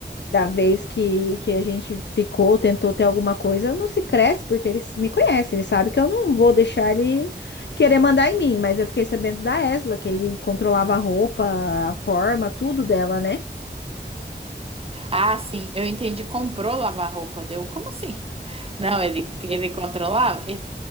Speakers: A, on the left; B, on the right.
A: da vez que, que a gente ficou, tentou ter alguma coisa, não se cresce, porque eles me conhecem, eles sabem que eu não vou deixar ele querer mandar em mim, mas eu fiquei sabendo da Esla, que ele controlava a roupa, a forma, tudo dela, né?
B: Ah, sim, eu entendi. Comprou lavar roupa, deu? Como assim? Não, ele, ele controlava. E,